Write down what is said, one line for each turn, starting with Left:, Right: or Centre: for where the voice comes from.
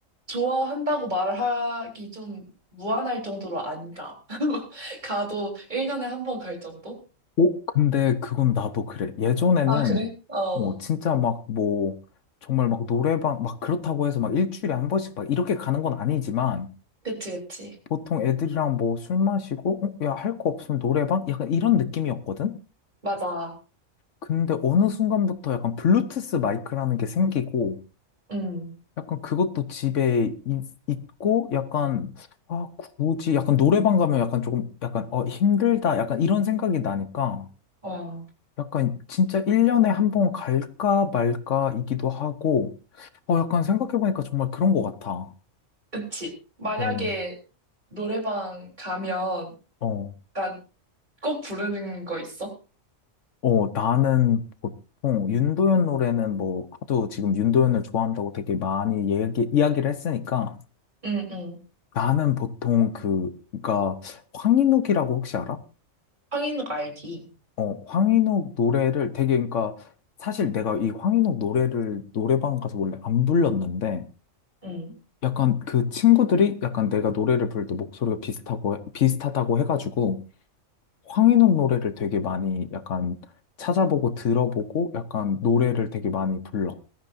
Right: 좋아한다고 말하기 좀 무안할 정도로 안 가. <laughs> 가도 1년에 한 번 갈 정도?
Left: 어, 근데 그건 나도 그래. 예전에는,
Right: 아, 그래? 어.
Left: 어, 진짜 막 뭐, 정말 막 노래방, 막 그렇다고 해서 막 일주일에 한 번씩 막 이렇게 가는 건 아니지만,
Right: 그치, 그치.
Left: 보통 애들이랑 뭐 술 마시고, 어, 야, 할 거 없으면 노래방? 약간 이런 느낌이었거든?
Right: 맞아.
Left: 근데 어느 순간부터 약간 블루투스 마이크라는 게 생기고,
Right: 음,
Left: 약간 그것도 집에 있, 있고 약간 아 굳이 약간 노래방 가면 약간 조금 약간 어 힘들다 약간 이런 생각이 나니까
Right: 어,
Left: 약간 진짜 1년에 한번 갈까 말까이기도 하고 어 약간 생각해보니까 정말 그런 것 같아.
Right: 그치. 만약에
Left: 어,
Right: 노래방 가면,
Left: 어,
Right: 그니까 꼭 부르는 거 있어?
Left: 어 나는 보통 윤도현 노래는 뭐 하도 지금 윤도현을 좋아한다고 되게 많이 얘기, 이야기를 했으니까
Right: 응, 응,
Left: 나는 보통 그 그러니까 황인욱이라고 혹시 알아?
Right: 하인욱 알지?
Left: 어, 황인욱 노래를 되게, 그러니까, 사실 내가 이 황인욱 노래를 노래방 가서 원래 안 불렀는데,
Right: 응.
Left: 약간 그 친구들이 약간 내가 노래를 부를 때 목소리가 비슷하고, 비슷하다고 해가지고, 황인욱 노래를 되게 많이 약간 찾아보고 들어보고, 약간 노래를 되게 많이 불러.